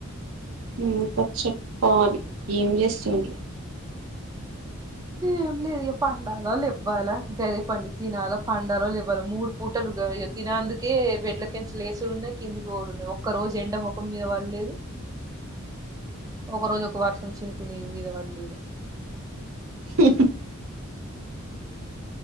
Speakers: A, on the right (about 70°); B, on the right (about 15°).
A: ఇంకా చెప్పాలి ఎం చేస్తుండ్రు
B: ఏం లేదుక పండాల లెవ్వాల గదే పని తినాలి పండాల లేవ్వాల <unintelligible> మూడు పూటలుగా ఎ తినేందుకే బెడ్ల కంచ లేసుడు ఉన్నాయి కిందికి కూడాడున్నాయి ఒక్క రోజు ఎండ ముఖం మీద పడలేదు ఒక రోజు ఒక వర్షం చినుకుని మీద పడ్లేదు
A: హు